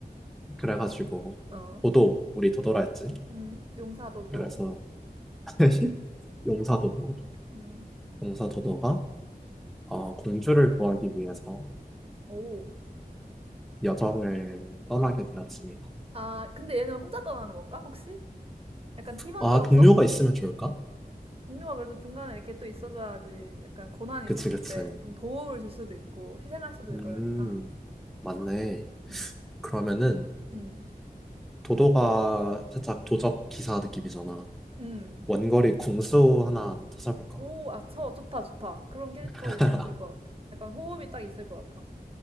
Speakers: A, in the centre; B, on the right.
A: 그래가지고
B: 어,
A: 도도 우리 도도라 했지.
B: 음, 용사도도.
A: 그래서 <laughs> 용사 도도
B: 음,
A: 용사 도도가 어, 공주를 구하기 위해서
B: 오.
A: 여정을 떠나게 되었습니다.
B: 아, 근데 얘는 혼자 떠나는 건가? 혹시? 약간 팀원들
A: 아
B: 없어?
A: 동료가 있으면 좋을까?
B: 동료가 그래도 중간에 이렇게 또 있어줘야지 약간 고난이
A: 그치
B: 있었을
A: 그치.
B: 때 좀 도움을 줄 수도 있고 희생할 수도
A: 음
B: 있고 이러니까
A: 맞네.
B: 음,
A: 그러면은
B: 음,
A: 도도가 살짝 도적 기사 느낌이잖아.
B: 음.
A: 원거리 궁수 하나 찾아볼까?
B: 오, 아, 저 좋다, 좋다. 그런 캐릭터
A: <laughs>
B: 있으면 좋을 것 같아. 약간 호흡이 딱 있을 것 같아.